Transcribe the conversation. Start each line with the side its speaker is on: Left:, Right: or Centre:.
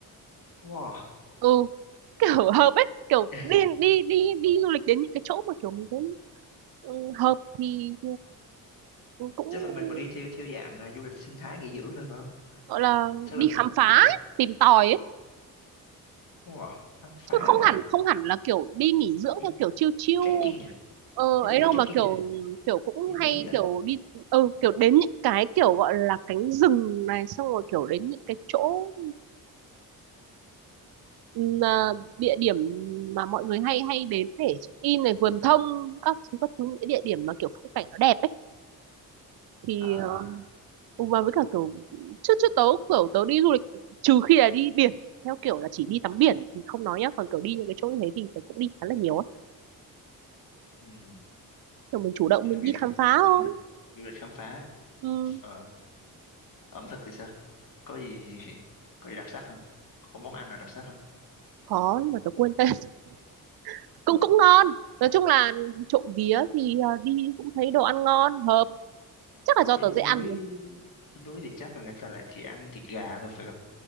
Left: Wow.
Right: ừ <laughs> kiểu hợp ấy kiểu
Left: <laughs>
Right: đi đi đi đi du lịch đến những cái chỗ mà kiểu mình thấy ừ, hợp thì ừ, cũng
Left: Chắc là mình phải đi theo theo dạng à, du lịch sinh thái nghỉ dưỡng thôi phải không?
Right: gọi là
Left: Chắc
Right: đi
Left: là mình
Right: khám phá
Left: cũng
Right: ấy, tìm tòi ấy
Left: wow, khám phá
Right: chứ không
Left: nè,
Right: hẳn không hẳn là kiểu đi nghỉ dưỡng
Left: đi
Right: theo kiểu chill chill
Left: trekking nè,
Right: ờ,
Left: đi,
Right: ấy
Left: đi kiểu
Right: đâu
Left: trekking
Right: mà kiểu
Left: nè,
Right: kiểu cũng
Left: đi núi
Right: hay
Left: à.
Right: kiểu đi ừ kiểu đến những cái kiểu gọi là cánh rừng này xong rồi kiểu đến những cái chỗ ừm, à, địa điểm mà mọi người hay hay đến để check in này vườn thông các thứ các thứ những cái địa điểm mà kiểu phong cảnh nó đẹp ấy thì
Left: À,
Right: ờ, Ừ, Và với cả kiểu trước trước tớ kiểu tớ đi du lịch trừ khi là đi biển theo kiểu là chỉ đi tắm biển thì không nói nhá còn kiểu đi những cái chỗ như thế thì tớ cũng đi khá là nhiều á
Left: um,
Right: kiểu mình chủ động
Left: kiểu
Right: mình
Left: du
Right: đi
Left: lịch
Right: khám phá thôi
Left: du lịch du lịch khám phá.
Right: ừ,
Left: Ờ. ẩm thực thì sao có gì <laughs> có gì đặc sắc không có món ăn nào đặc sắc không
Right: có nhưng mà tớ quên tên <laughs> cũng cũng ngon nói chung là trộm vía thì à, đi cũng thấy đồ ăn ngon hợp chắc là do
Left: trên
Right: tớ dễ ăn
Left: núi
Right: rồi
Left: trên núi thì chắc là người ta lại chỉ ăn thịt gà thôi phải không